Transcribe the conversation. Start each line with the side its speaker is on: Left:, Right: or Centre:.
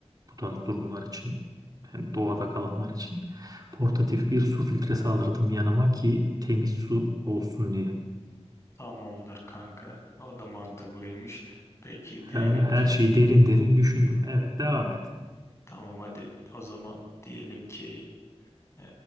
Right: Bu tarz durumlar için. Hem doğada kalanlar için. Portatif bir su filtresi alırdım yanıma ki temiz su olsun diye.
Left: Tamamdır kanka. O da mantıklıymış. Peki
Right: Her
Left: diyelim
Right: her
Left: ki
Right: şeyi derin derin düşündüm. Evet, devam et.
Left: tamam hadi o zaman diyelim ki e,